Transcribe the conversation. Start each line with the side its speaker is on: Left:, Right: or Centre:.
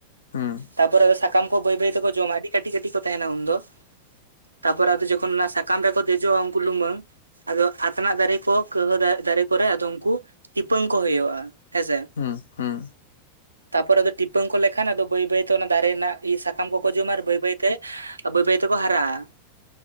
Left: ᱦᱩᱸ
Right: ᱛᱯᱚᱨᱮ ᱟᱫᱚ ᱥᱟᱠᱟᱢ ᱵᱟᱹᱭ ᱵᱟᱹᱭ ᱛᱮᱠᱚ ᱡᱚᱢᱟ, ᱟᱹᱰᱤ ᱠᱟᱹᱴᱤᱡ ᱠᱟᱹᱴᱤᱡ ᱠᱚ ᱛᱟᱸᱦᱮᱱᱟ ᱩᱱ ᱫᱚ᱾ ᱛᱟᱯᱚᱨ ᱡᱚᱠᱷᱚᱱ ᱚᱱᱟ ᱥᱟᱠᱟᱢ ᱨᱮ ᱠᱚ ᱫᱮᱡᱚᱜ-ᱟ ᱩᱝᱠᱩ ᱞᱩᱢᱟᱹᱝ ᱟᱫᱚ ᱟᱛᱱᱟᱜ ᱫᱟᱨᱮ ᱠᱚ, ᱠᱟᱹᱣᱦᱟᱹ ᱫᱟᱨᱮ ᱠᱚᱨᱮ ᱟᱫᱚ ᱩᱱᱠᱩ ᱴᱤᱯᱟᱹᱝ ᱠᱚ ᱦᱩᱭᱩᱜ-ᱟ᱾ ᱦᱮᱸ ᱥᱮ᱾
Left: ᱦᱩᱸ ᱦᱩᱸ
Right: ᱛᱟᱯᱚᱨ ᱟᱫᱚ ᱴᱤᱯᱟᱹᱝ ᱠᱚ ᱞᱮᱠᱷᱟᱱ ᱟᱫᱚ ᱵᱟᱹᱭ ᱵᱟᱹᱭᱛᱮ ᱚᱱᱟ ᱫᱟᱨᱮ ᱨᱮᱱᱟᱜ ᱤᱭᱟᱹ ᱥᱟᱠᱟᱢ ᱠᱚᱠᱚ ᱡᱚᱢᱟ ᱟᱨ ᱵᱟᱹᱭ ᱵᱟᱹᱭᱛᱮ, ᱵᱟᱹᱭ ᱵᱟᱹᱭ ᱛᱮᱠᱚ ᱦᱟᱨᱟᱜ-ᱟ᱾